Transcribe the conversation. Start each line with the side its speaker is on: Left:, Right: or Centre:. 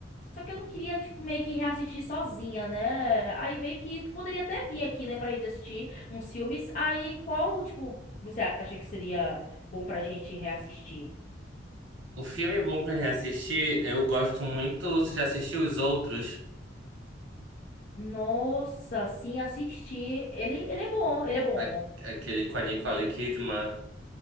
Left: Só que eu não queria, tipo, meio que reassistir sozinha, né? Aí meio que tu poderia até vir aqui, né, pra gente assistir uns filmes. Aí qual, tipo, você acha que seria bom pra gente reassistir?
Right: O filme bom pra reassistir, eu gosto muito. Você já assistiu os outros?
Left: Nossa, sim, assisti. Ele, ele é bom, ele é bom.
Right: A- Aquele com a Nicole Kidman.